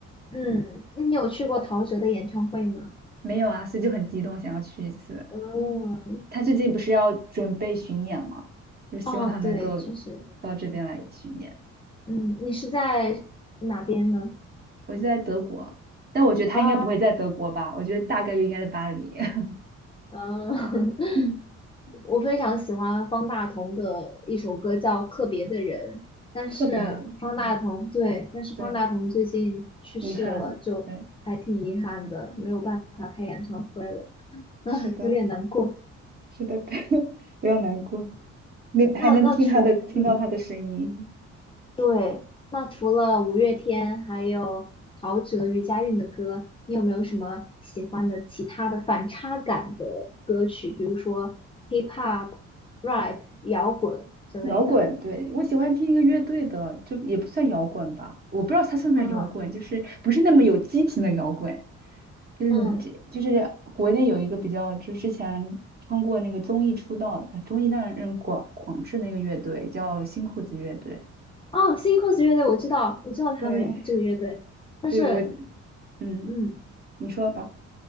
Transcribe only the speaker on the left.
嗯，那你有去过陶喆的演唱会吗？
哦，
哦，对，确实，
嗯，你是在哪边呢？
啊，
嗯，<laughs>
我非常喜欢方大同的一首歌叫《特别的人》，但是方大同，
对，但是方大同最近去世了，
就还挺遗憾的，
没有办法开演唱会了，啊，
有点难过。
那那除，
嗯。对，那除了五月天，还有陶喆、余佳运的歌，你有没有什么喜欢的其他的反差感的歌曲？比如说 hip hop、rap、摇滚之类的。
啊，
嗯，
哦，新 cos 乐队我知道，我知道他们这个乐队，
但是，
嗯，